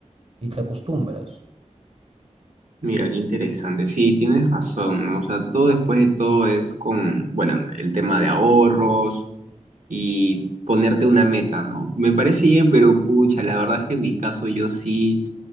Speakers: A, on the right; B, on the right.
A: y te acostumbras.
B: Mira, qué interesante. Sí, tienes razón, ¿no? O sea, todo después de todo es con, bueno, el tema de ahorros y ponerte una meta, ¿no? Me parece bien, pero pucha, la verdad es que en mi caso yo sí,